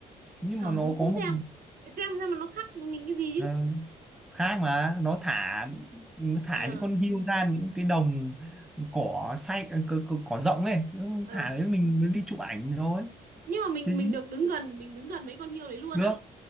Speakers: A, in the centre; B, on the right.
A: nhưng
B: sở
A: mà nó
B: thú cũng
A: có một
B: xem Phải xem xem mà nó khác với mình cái gì chứ
A: ờ, khác mà nó thả nó thả
B: ờ
A: những con hươu ra những cái đồng cỏ xay ờ, cỏ, cỏ, cỏ rộng ấy Nó
B: ờ
A: thả đấy mình, mình đi chụp ảnh rồi
B: nhưng mà mình
A: thế
B: mình được đứng gần mình đứng gần mấy con hươu đấy luôn
A: được
B: á